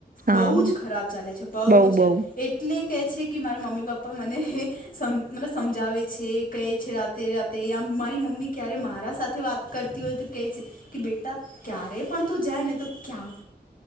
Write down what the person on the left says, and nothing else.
બહુ જ ખરાબ ચાલે છે. બહુ
જ
એટલે કહે છે કે મારા મમ્મી -પપ્પા મને. સમ મતલબ સમજાવે છે કહે છે. રાતે -રાતે આમ મારી મમ્મી ક્યારે મારા સાથે વાત કરતી હોય તો કે છે, કે બેટા ક્યારે પણ તું જાય ને તો ક્યાં